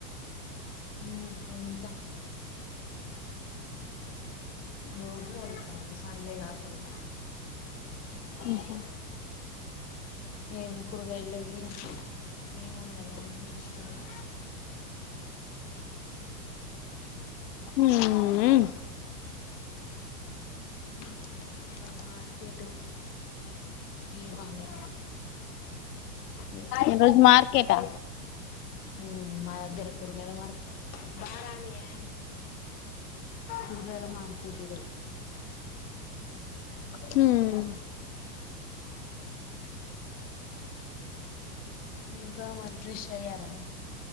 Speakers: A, on the left (about 20°); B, on the left (about 70°).
A: హ్మ్ ఎళ్త. రోజూ ఎళ్తా ఒక సండే కాకుంట.
B: హ్మ్ హు
A: ఏం కూరగాయల్లెవ్వు ఏం వండాల అని జూస్తున్న.
B: హ్మూ హ్
A: మ్మ్ ఇవాళ మార్కెట్, తేవాలే ఏమన్న
B: ఈ
A: ఒకటి
B: రోజు మార్కెటా
A: మ్మ్ మా దగ్గర కూరుగాయల మర్కె బారానియే కూరగాయల మార్కెట్ ఈరోజ్
B: హ్మూ
A: ఇంకా మరి ఫ్రెష్ అయ్యారా?